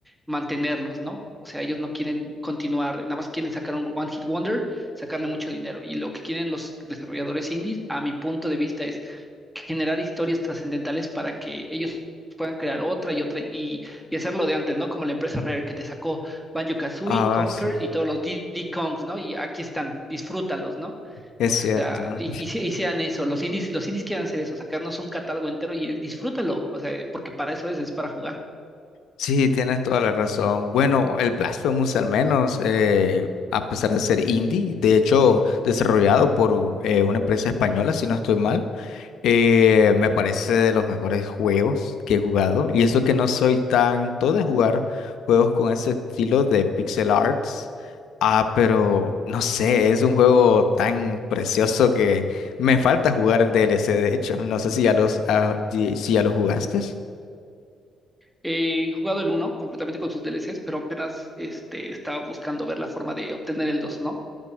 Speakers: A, in the centre; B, on the left.
A: mantenerlos, ¿no? O sea, ellos no quieren continuar, nada más quieren sacar un One Hit Wonder, sacarle mucho dinero. Y lo que quieren los desarrolladores indies, a mi punto de vista, es generar historias trascendentales para que ellos puedan crear otra y otra y, y hacerlo de antes, ¿no? Como la empresa Rare que te sacó Banjo-Kazooie,
B: Ah,
A: Conker
B: sí.
A: y todos los Diddy Kongs, ¿no? Y aquí están, disfrútalos, ¿no?
B: Es
A: O sea,
B: cierto.
A: y, y, y sean eso, los indies, los indies quieren hacer eso, sacarnos un catálogo entero y disfrútalo, o sea, porque para eso es, es para jugar.
B: Sí, tienes toda la razón. Bueno, el Blasphemous al menos, eh, a pesar de ser indie, de hecho desarrollado por eh, una empresa española, si no estoy mal, eh, me parece de los mejores juegos que he jugado. Y eso que no soy tanto de jugar juegos con ese estilo de pixel arts. Ah, pero no sé, es un juego tan precioso que me falta jugar el DLC, de hecho. No sé si ya los, ah, di- si ya lo jugaste.
A: He jugado el uno completamente con sus DLCs, pero apenas este, estaba buscando ver la forma de obtener el dos ¿no?